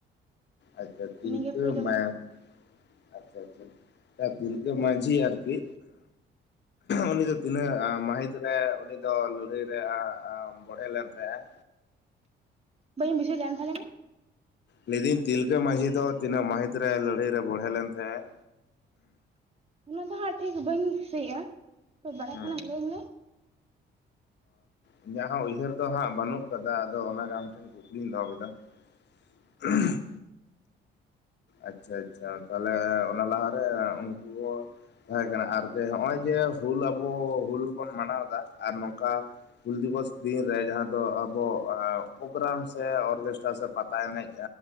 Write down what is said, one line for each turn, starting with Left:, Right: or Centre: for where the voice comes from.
Left: ᱟᱪᱪᱷᱟ ᱛᱤᱞᱠᱟᱹ
Right: ᱩᱱᱤᱜᱮ ᱯᱳᱭᱞᱳ
Left: <inaudible>
Right: ᱢᱟᱱᱮ
Left: ᱟᱪᱪᱷᱟ ᱟᱪᱪᱷᱟ ᱛᱤᱞᱠᱟᱹ ᱢᱟᱺᱡᱷᱤ ᱟᱨᱠᱤ ᱩᱱᱤ ᱫᱚ ᱛᱤᱱᱟᱹᱜ ᱢᱟᱹᱦᱤᱛ ᱨᱮ, ᱩᱱᱤ ᱫᱚ ᱞᱟᱹᱲᱦᱟᱹᱭ ᱨᱮ ᱵᱚᱲᱦᱮ ᱞᱮᱱ ᱛᱟᱦᱮᱸᱜᱼᱟᱭ
Right: ᱵᱟᱹᱧ ᱵᱩᱡᱷᱟᱹᱣ ᱞᱮᱫ ᱟ ᱟᱨ ᱢᱤᱫ ᱫᱷᱟᱣ ᱞᱟᱹᱭ ᱢᱮ ᱾
Left: ᱞᱟᱹᱭ ᱫᱟᱹᱧ ᱛᱤᱞᱠᱟᱹ ᱢᱟᱹᱡᱷᱤ ᱫᱚ ᱛᱤᱱᱟᱹᱜ ᱢᱟᱹᱦᱤᱛ ᱨᱮ ᱞᱟᱹᱲᱦᱟᱹᱭ ᱨᱮ ᱵᱚᱲᱦᱮ ᱞᱮᱱ ᱛᱟᱦᱮᱸᱜᱼᱟᱭ?
Right: ᱚᱱᱟ ᱫᱚ ᱦᱟᱸᱜ ᱴᱷᱤᱠ ᱵᱟᱹᱧ ᱫᱤᱥᱟᱹᱭ ᱮᱜᱼᱟ, ᱛᱚ ᱵᱟᱲᱟᱭ
Left: ᱦᱮᱸ
Right: ᱠᱷᱟᱱ ᱟᱢ ᱞᱟᱹᱭ ᱟᱹᱧᱟ ᱾
Left: ᱤᱧᱟᱹᱜ ᱦᱚᱸ ᱩᱭᱦᱟᱹᱨ ᱫᱚ ᱦᱟᱸᱜ ᱵᱟᱹᱱᱩᱜ ᱠᱟᱫᱟ᱾ ᱟᱫᱚ ᱚᱱᱟ ᱜᱮ ᱟᱢ ᱴᱷᱮᱱ ᱠᱩᱠᱞᱤᱧ ᱫᱚᱦᱚ ᱠᱮᱫᱟ ᱾ <unintelligible> ᱟᱪᱪᱷᱟ ᱟᱪᱪᱷᱟ ᱛᱟᱦᱚᱞᱮ ᱚᱱᱟ ᱞᱟᱦᱟ ᱨᱮ ᱩᱱᱠᱩ ᱠᱚ ᱛᱟᱦᱮᱸ ᱠᱟᱱᱟ ᱟᱨ ᱡᱮ ᱱᱚᱜᱼᱚᱭ ᱡᱮ ᱦᱩᱞ ᱟᱵᱚ ᱦᱩᱞ ᱵᱚᱱ ᱢᱟᱱᱟᱣ ᱫᱟ ᱟᱨ ᱱᱚᱝᱠᱟ ᱦᱩᱞ ᱫᱤᱵᱚᱥ ᱫᱤᱱ ᱨᱮ ᱡᱟᱦᱟᱸ ᱫᱚ ᱟᱵᱚ ᱯᱨᱳᱜᱨᱟᱢ ᱥᱮ ᱚᱨᱜᱮᱥᱴᱟᱨ ᱥᱮ ᱯᱟᱛᱟ ᱮᱱᱮᱢ